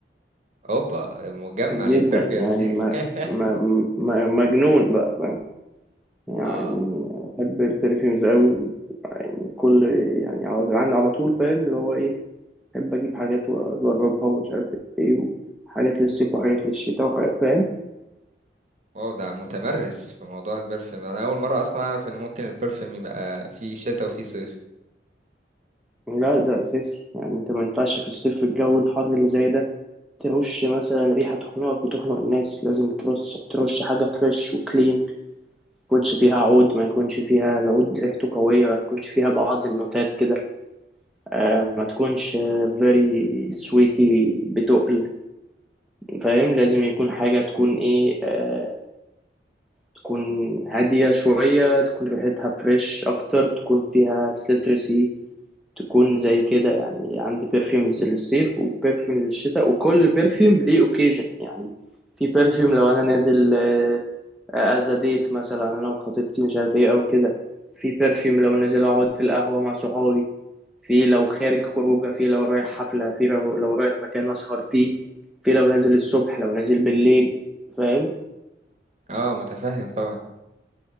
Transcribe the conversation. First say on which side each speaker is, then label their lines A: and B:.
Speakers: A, on the right; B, in the centre.
A: اوبا مجمع
B: جدا
A: للبرفيومز
B: يعني
A: <laughs>
B: ما ما ما مجنون بقى فاهم؟ يعني
A: اه
B: بحب البرفيومز قوي يعني كل يعني على عندي على طول فاهم اللي هو ايه بحب اجيب حاجات واجربها ومش عارف ايه وحاجات للصيف وحاجات للشتاء وحاجات فاهم
A: واو ده متمرس في موضوع البرفيوم ده. انا اول مره اصلا اعرف ان ممكن البرفيوم يبقى فيه شتاء وفيه صيف
B: لا ده اساسي يعني انت ما ينفعش في الصيف الجو الحر اللي زي ده ترش مثلا ريحة تخنقك وتخنق الناس لازم ترش ترش حاجة فريش وكلين ما يكونش فيها عود ما يكونش فيها العود ريحته قوية ما يكونش فيها بعض النوتات كده آه، ما تكونش آه، very sweety بتقل فاهم لازم يكون حاجة تكون ايه آه، تكون هادية شوية تكون ريحتها فريش أكتر تكون فيها citrusy تكون زي كده يعني عندي برفيومز للصيف وبرفيوم للشتاء وكل برفيوم ليه اوكيجن يعني في برفيوم لو انا نازل از ديت مثلا انا وخطيبتي مش عارف ايه او كده في برفيوم لو نازل اقعد في القهوة مع صحابي في لو خارج خروجه في لو رايح حفلة في لو لو رايح مكان اسهر فيه في لو نازل الصبح لو نازل بالليل فاهم
A: اه متفهم طبعا